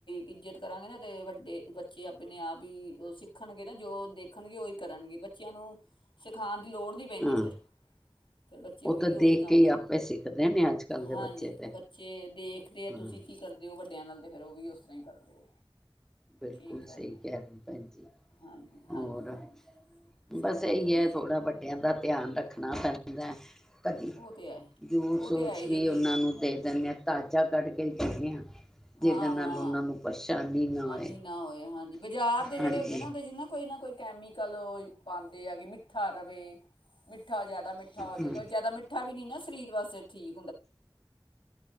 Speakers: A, on the left; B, in the centre.
A: ਇੱਜਤ ਕਰਾਂਗੇ ਨਾ ਤੇ ਵੱਡੇ ਬੱਚੇ ਆਪਣੇ ਆਪ ਹੀ ਉਹ ਸਿੱਖਣਗੇ ਨਾ ਜੋ ਦੇਖਣਗੇ ਉਹੀ ਕਰਨਗੇ ਬੱਚਿਆਂ ਨੂੰ ਸਿਖਾਉਣ ਦੀ ਲੋੜ ਨਹੀਂ ਪੈਂਦੀ
B: ਹਾਂ
A: ਫਿਰਿਰ ਬੱਚੇ ਨੂੰ ਬੱਚੇ ਉਹ ਵੀ
B: ਤਾਂ
A: ਉਹੀ
B: ਦੇਖ
A: ਕੰਮ
B: ਕੇ ਹੀ
A: ਕਰਦੇ
B: ਆਪੇ ਸਿੱਖਦੇ ਨੇ ਅੱਜ ਕੱਲ੍ਹ ਦੇ
A: ਹਾਂਜੀ
B: ਬੱਚੇ ਤੇ
A: ਬੱਚੇ ਦੇਖਦੇ ਆ
B: ਹਾਂ
A: ਤੁਸੀਂ ਕੀ ਕਰਦੇ ਹੋ ਵੱਡਿਆਂ ਨਾਲ ਤਾਂ ਫਿਰ ਉਹ ਵੀ ਉਸ ਅਸੀਂ ਕਰਦੇ
B: ਬਿਲਕੁਲ
A: ਠੀਕ ਹੈ
B: ਸਹੀ
A: ਰੇ
B: ਕਹਿ ਰਹੇ ਭੈਣ ਜ
A: ਹਾਂਜੀ
B: ਹੋਰ
A: ਹਾਂਜੀ ਹਾਂਜੀ ਸਭ
B: ਬਸ
A: ਵਧੀਆ
B: ਇਹੀ
A: ਜੀ
B: ਹੈ ਥੋੜਾ ਵੱਡਿਆਂ ਦਾ ਧਿਆਨ ਰੱਖਣਾ ਪੈਣਾ <unintelligible> ਕਦੀ
A: ਉਹ ਤੇ ਹੈ
B: ਜੂਸੂਸ
A: ਉਹ ਤੇ ਹੈ ਹੀ
B: ਵੀ
A: ਹੈ ਜੀ
B: ਉਹਨਾਂ ਨੂੰ ਦੇ ਦਿੰਦੇ ਹਾਂ ਤਾਜ਼ਾ ਕਢ ਕ ਚੱਲਦੀ ਹ
A: ਹਾਂ
B: ਜਿਹਦੇ ਨਾਲ
A: ਹਾਂ
B: ਉਹਨਾਂ ਨੂੰ ਪਰੇਸ਼ਾਨੀ ਨਾ ਹੋਏ
A: ਆਨੀ ਹੋਏ ਹਾਂਜੀ ਬਾਜ਼ਾਰ ਦੇ ਜਿਹੜੇ
B: ਹਾਂਜੀ
A: ਹੁੰਦੇ ਨਾ ਹਦੇ ਜਿੰ ਨਾ ਕੋਈ ਕੋਈ ਕੈਮੀਕਲ ਪਾਉਂਦੇ ਆਗੇ ਮਿੱਠਾ ਰਵੇ ਮਿੱਠਾ ਜਿਆਦਾ ਮ ਮਿੱਠਾ ਹੋ ਜਾਏ
B: ਹਾਂ
A: ਤੇ ਜਿਆਦਾ ਮਿੱਠਾ ਵੀ ਨੀ ਨਾ ਸਰੀਰ ਵਾਸਤੇ